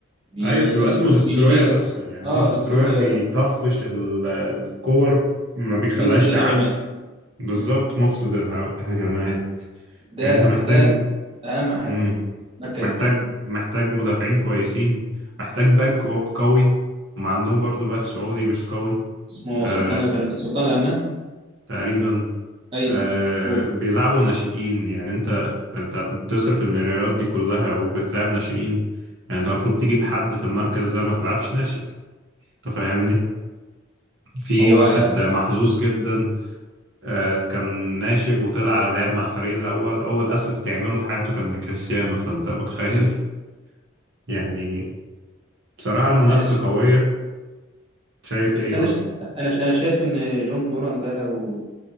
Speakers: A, on the right; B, on the right.
A: بي
B: ايوه بيبقى اسمه دستروير
A: بيشيل
B: اصلا يعني
A: اه
B: هو دستروير
A: دستروير
B: بيطفش ال- الكور ما بيخليهاش
A: بيفسد
B: تعدي
A: الهجمات
B: بالظبط
A: مم.
B: مفسد الهجمات
A: ده
B: يعني انت محتاج
A: ده اهم حاجه
B: مم.
A: المركز
B: محتاج
A: ده
B: محتاج مدافعين كويسين محتاج باك كو- قوي هم عندهم برضو باك سعودي مش قوي
A: اسمه
B: آه
A: سلطان الغنا سلطان غنا
B: تقريبا
A: ايوه
B: آه
A: هو
B: بيلعبوا ناشئين يعني انت انت بتصرف المليارات دي كلها وبتلعب ناشئين يعني انت المفروض تجيب حد في المركز ده ما تلعبش ناشئ انت فاهمني في
A: هو
B: واحد محظوظ جدا آه، كان ناشئ وطلع لاعب مع الفريق الأول أول أسيست يعمله في حياته كان لكريستيانو فأنت متخيل <laughs> يعني بصراحة المنافسة
A: انا
B: قوية شايف
A: بس
B: إيه يقول
A: انا ش... انا ش... انا شايف ان جون دوران ده لو